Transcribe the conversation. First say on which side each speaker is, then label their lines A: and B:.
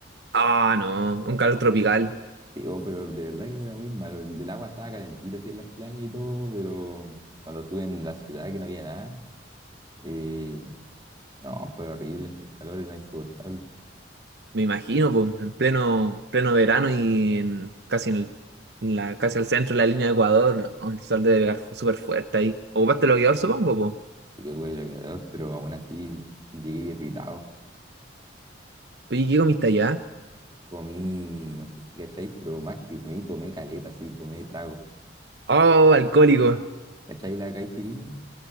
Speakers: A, on the right; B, on the right.
A: Ah, no, un calor tropical,
B: Sí, oh, pero de verdad que era muy malo. El del agua estaba calentita así en las playas y todo, pero cuando estuve en la ciudad que no había nada, eh, no, fue horrible, el calor era insoportable.
A: me imagino, pues, en pleno, pleno verano y en- casi en el, en la, casi al centro de la línea de Ecuador, ¿no? el sol debe pegar súper fuerte ahí. ¿Ocupaste bloqueador, supongo,
B: Sí, yo fue calor, pero aún así llegué irritado.
A: pues? Oye, ¿qué comiste allá?
B: Comí, no sé si cachai, pero más que comí, tomé caleta, sí, tomé trago.
A: Oh, alcohólico.
B: ¿Cachai la caipiriña?